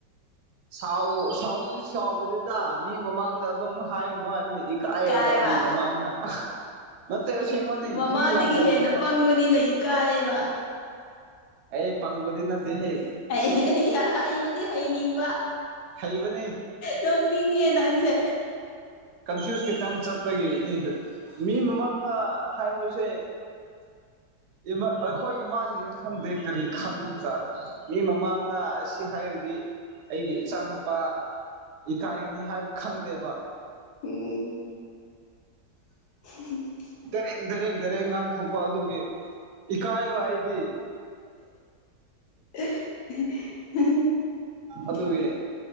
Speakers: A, on the right; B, on the left.
A: ꯁꯥꯎ ꯁꯥꯎꯕꯗꯤ ꯁꯥꯎꯕꯤꯗꯦꯗ ꯃꯤ ꯃꯃꯥꯡꯗ ꯑꯗꯨꯝ ꯍꯥꯏ ꯅꯣ ꯍꯥꯏꯕꯅꯤ ꯏꯀꯥꯏꯌꯦꯕ
B: ꯏꯀꯥꯏꯕ
A: ꯃꯤ ꯃꯃꯥꯡꯅ꯫ ꯅꯠꯇꯦ ꯑꯁꯦꯡꯕꯅꯤ
B: ꯃꯃꯥꯗꯒꯤ
A: ꯃꯤ ꯌꯥꯝ ꯂꯩꯔꯤꯌꯦꯕ꯫
B: ꯍꯦꯟꯅ ꯄꯪꯕꯅꯤꯅ ꯏꯀꯥꯏꯌꯦꯕ
A: ꯑꯩ ꯄꯪꯕꯗꯤ ꯅꯠꯇꯦ ꯍꯦ꯫
B: ꯑꯩ ꯍꯩꯕꯨꯗꯤ ꯍꯩꯅꯤꯡꯕ
A: ꯍꯩꯕꯅꯤ
B: ꯅꯣꯡꯅꯤꯡꯉꯦ ꯅꯪꯁꯦ
A: ꯀꯟꯐ꯭ꯌꯨꯁ ꯈꯤꯇꯪ ꯆꯠꯄꯒꯤꯅꯤꯗ ꯃꯤ ꯃꯃꯥꯡꯗ ꯍꯥꯏꯕꯁꯦ ꯏꯕ ꯑꯩꯈꯣꯏ ꯏꯃꯥꯁꯤꯁꯦ ꯈꯪꯗꯦ ꯀꯔꯤ ꯈꯜꯂꯖꯥꯔꯥ ꯃꯤ ꯃꯃꯥꯡꯗ ꯑꯁꯤ ꯍꯥꯏꯔ ꯗꯤ ꯑꯩꯒꯤ ꯏꯆꯥ ꯅꯨꯨꯄꯥ ꯏꯀꯥꯏꯒꯅꯤ ꯍꯥꯏꯕ ꯈꯪꯗꯦꯕ
B: ꯎꯝ <unintelligible>
A: ꯗꯥꯢꯔꯦꯛ ꯗꯥꯢꯔꯦꯛ ꯗꯥꯢꯔꯦꯛ ꯉꯥꯡ ꯊꯣꯛꯄ ꯑꯗꯨꯒꯤ ꯏꯀꯥꯥꯌꯦꯕ ꯑꯩꯗꯤ
B: <unintelligible>
A: ꯑꯗꯨꯒꯤ